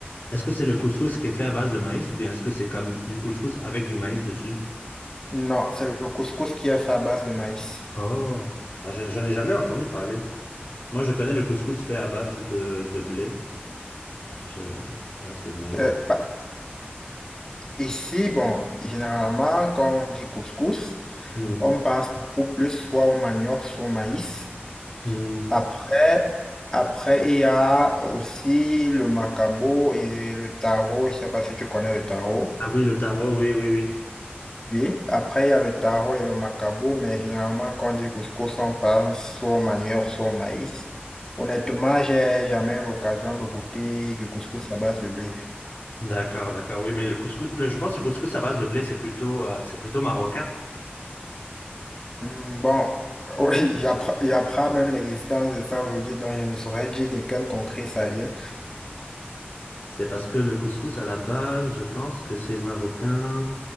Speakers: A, on the left; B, on the left.
A: Est-ce que c'est le couscous qui est fait à base de maïs ou bien est-ce que c'est comme du couscous avec du maïs dessus?
B: non, c'est le couscous qui est fait à base de maïs.
A: Oh, Ah, je- j'en ai jamais entendu parler. Moi, je connais le couscous fait à base de, de blé, je, base de maïs.
B: Euh, pa- ici, bon, généralement, quand on dit couscous,
A: Hmm.
B: on pense beaucoup plus soit au manioc, soit au maïs.
A: Hmm.
B: Après, après, il y a aussi le macabo et le taro. Je sais pas si tu connais le taro.
A: Ah oui, le taro, oui, oui, oui.
B: Oui, après il y a le taro et le macabo, mais généralement quand on dit couscous, on pense soit au manioc, soit au maïs. Honnêtement, j'ai jamais eu l'occasion de goûter du couscous à base de blé.
A: D'accord, d'accord. Oui, mais le couscous, le- je pense que le couscous à base de blé, c'est plutôt, euh, c'est plutôt marocain.
B: Hmm, Bon, oui, <laughs> j'appre- j'apprends même l'existence de ça aujourd'hui, donc je ne saurais dire de quel concret ça vient.
A: C'est parce que le couscous à la base, je pense que c'est marocain.